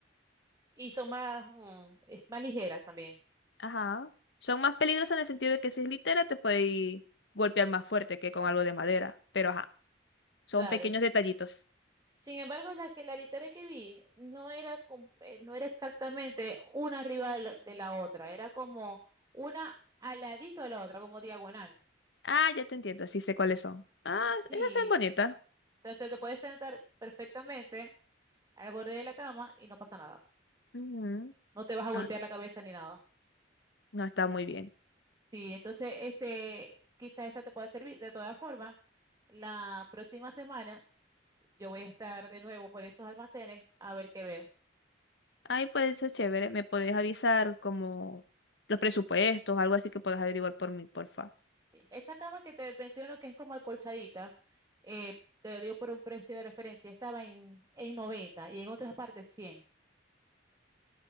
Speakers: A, on the right; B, on the left.
A: Y son más, mm, es- más ligeras también.
B: Ajá. Son más peligrosas en el sentido de que si es litera te puede golpear más fuerte que con algo de madera. Pero ajá, son
A: Claro.
B: pequeños detallitos.
A: Sin embargo, la que la litera que vi no era com- eh, no era exactamente una arriba de la de la otra, era como una al ladito de la otra, como diagonal.
B: Ah, ya te entiendo, sí sé cuáles son. Ah,
A: Sí.
B: esas son bonitas.
A: Entonces te puedes sentar perfectamente al borde de la cama y no pasa nada.
B: Ujú.
A: No te vas a golpear
B: Ah,
A: la cabeza ni nada.
B: no está muy bien.
A: Sí, entonces, este, quizás esa te pueda servir. De todas formas, la próxima semana yo voy a estar de nuevo por esos almacenes a ver qué veo.
B: Ahí puede ser chévere. ¿Me podés avisar como los presupuestos, algo así que puedas averiguar por mí, porfa?
A: Sí, esa cama que te menciono que es como acolchadita, eh, te lo digo por un precio de referencia, estaba en, en 90 y en otras partes 100.